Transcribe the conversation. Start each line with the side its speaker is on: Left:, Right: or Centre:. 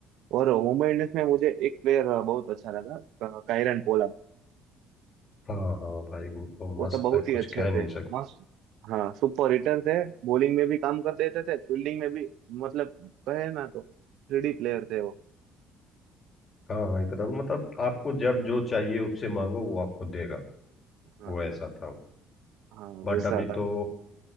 Right: और मुंबई इंडियंस में मुझे एक प्लेयर बहुत अच्छा लगा कायरन पोला
Left: हाँ हाँ भाई वो तो
Right: वो
Left: मस्त
Right: तो बहुत
Left: है कुछ
Right: ही अच्छे
Left: कह नहीं
Right: थे
Left: सकते
Right: मस्त हाँ सुपर हिटर थे बॉलिंग में भी काम कर देते थे फील्डिंग में भी मतलब कहे ना तो थ्री प्लेयर थे वो
Left: हाँ हाँ एकदम मतलब आपको जब जो चाहिए उससे मांगो वो आपको देगा
Right: हाँ
Left: वो ऐसा था
Right: हाँ
Left: बट
Right: वैसा
Left: अभी
Right: था
Left: तो